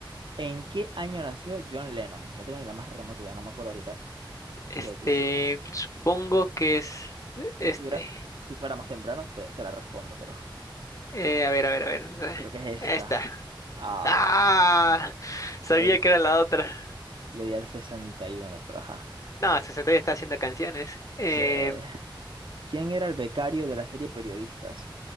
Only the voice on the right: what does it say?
¿En qué año nació John Lennon? No tengo ni la más remota idea, no me acuerdo ahorita.
Eh, Si, si- si-
si
estuviera, si fuera más temprano, te te la respondo, pero.
Creo que es
esta. Ah,
le, di-
le di al 61, pero ajá.
Se- ¿Quién era el becario de la serie Periodistas?